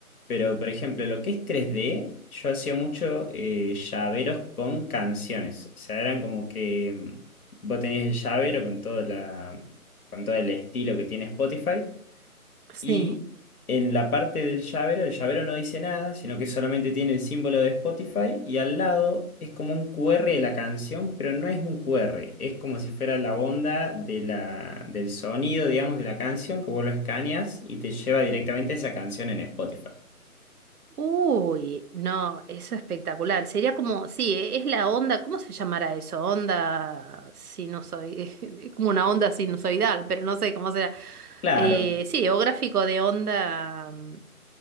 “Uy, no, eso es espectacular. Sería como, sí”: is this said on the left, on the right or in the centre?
Right